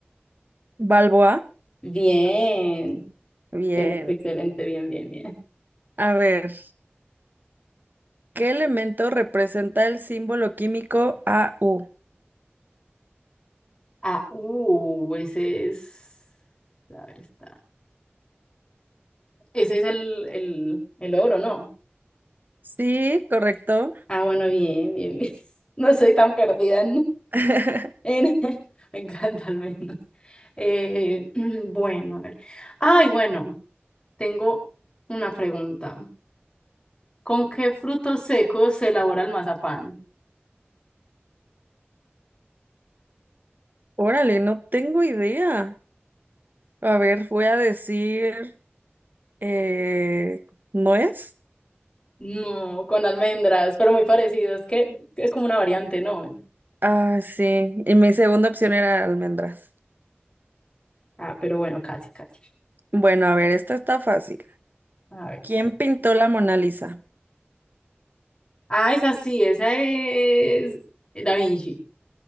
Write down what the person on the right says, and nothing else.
¿Balboa?
Bien.
A ver, ¿qué elemento representa el símbolo químico AU?
Sí, correcto.
<laughs>
Órale, no tengo idea. A ver, voy a decir. Eh, ¿no es?
Ah, sí. Y mi segunda opción era almendras.
Bueno, a ver, esta está fácil.
¿Quién pintó la Mona Lisa?